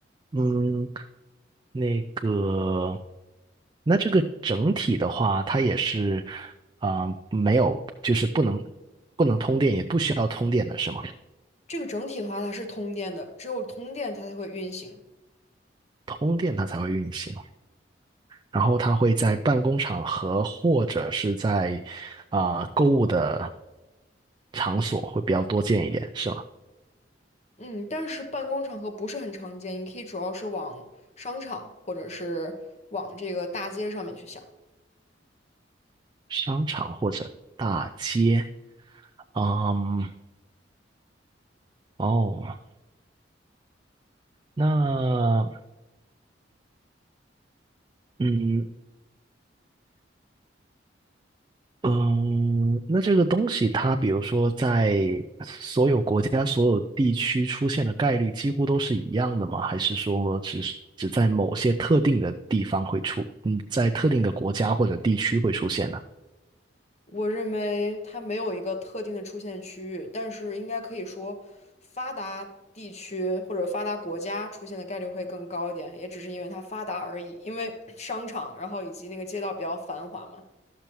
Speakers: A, on the right; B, on the left.
A: 嗯，那个，那这个整体的话，它也是啊、没有，就是不能不能通电，也不需要通电的是吗？
B: 这个整体的话，它是通电的，只有通电它才会运行。
A: 通电它才会运行，然后它会在办公场合或者是在啊、购物的场所会比较多见一点，是吗？
B: 嗯，但是办公场合不是很常见，你可以主要是往商场或者是往这个大街上面去想。
A: 商场或者大街，嗯，哦。那嗯，嗯，那这个东西它，比如说在所有国家、所有地区出现的概率几乎都是一样的吗？还是说只是只在某些特定的地方会出，嗯，在特定的国家或者地区会出现呢？
B: 我认为它没有一个特定的出现区域，但是应该可以说，发达地区或者发达国家出现的概率会更高一点，也只是因为它发达而已。因为 <clears throat> 商场，然后以及那个街道比较繁华嘛，